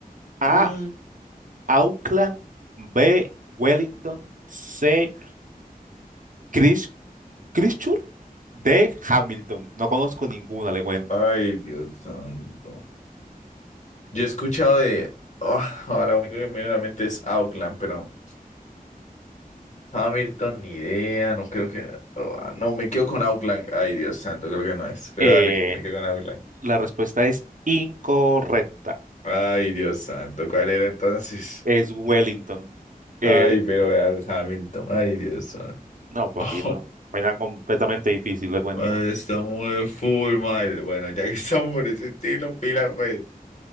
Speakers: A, on the right; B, on the left.
A: A.
B: Mm,
A: Auckland. B. Wellington. C. Christ- Christchurch. D. Hamilton. No conozco ninguna, le cuento.
B: Ay, Dios santo. Yo he escuchado de. Oh, ah, la única que me viene a la mente es Auckland, pero Hamilton, ni idea, no creo que... ah, no, me quedo con Outline. Ay, Dios santo, creo que no es. Pero
A: Eh,
B: dale, me quedo con Outline.
A: la respuesta es incorrecta.
B: Ay, Dios santo, ¿cuál era entonces?
A: Es Wellington.
B: <laughs>
A: Eh,
B: Ay, pero vea, Hamilton. Ay, Dios santo.
A: no, papito.
B: <laughs>
A: Era completamente difícil, le cuento.
B: Madre, estamos de full mal. Bueno, ya que estamos por ese estilo, pila, pues.